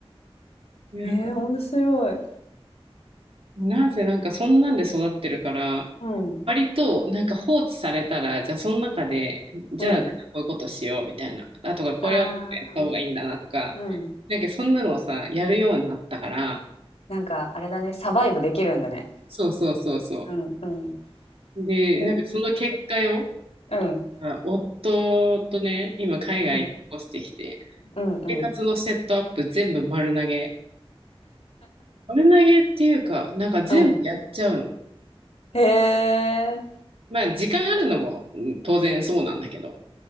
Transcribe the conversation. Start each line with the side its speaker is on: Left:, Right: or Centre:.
Right: なんか
Left: ん。えー、面白い。
Right: なんせなんかそんなんで育ってるから、
Left: うん。
Right: 割となんか放置されたら、じゃあその中で、じゃあなんかこういうことしようみたいな、
Left: うん。
Right: あとかこれをやった方がいいんだなとか、
Left: ああ、うん。
Right: なんかそんなのをさ、やるようになったから、
Left: なんかあれだね、サバイブできるんだね。
Right: そうそうそうそ
Left: うんうん。
Right: う。で、
Left: えー
Right: なんかその結果よ、
Left: うんうん
Right: あ夫とね、今海外に引っ越してきて、
Left: うんうん
Right: 生活のセットアップ全部丸投げ。丸投げっていうか、なんか全部やっちゃうの。
Left: うん。へえ。
Right: まあ時間あるのもうん当然そうなんだけど、